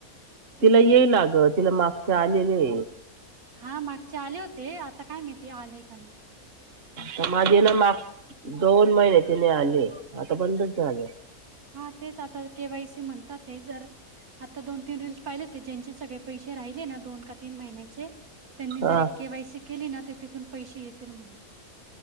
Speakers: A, on the right (about 45°); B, on the right (about 80°).
A: तिला येई लाग तिला मागच्या आलेले
B: हा मागचे आले होते आता काय माहिती आले का नाही
A: ह माझे ना माग दोन महिन्याचे नाही आले आता बंदच झालं
B: हा तेच आता के वाय सी म्हणतात ते जर आता दोन तीन रीलल्स पाहिले ते ज्यांचे सगळे पैसे राहिले ना दोन का तीन महिन्याचे त्यांनी
A: हा
B: जर एक केवायसी केली ना ते तिथून पैसे येतील म्हणून